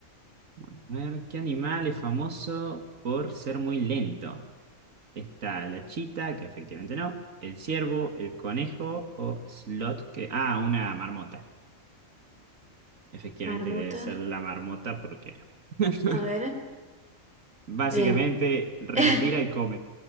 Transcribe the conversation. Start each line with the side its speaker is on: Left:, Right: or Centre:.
Right: Bueno, a ver, ¿qué animal es famoso por ser muy lento? Está la chita, que efectivamente no, el ciervo, el conejo o slot, que, ah, una marmota. Efectivamente
Centre: Marmota,
Right: debe ser la marmota porque <laughs>
Centre: a ver.
Right: básicamente
Centre: Bien.
Right: respira
Centre: <laughs>
Right: y come.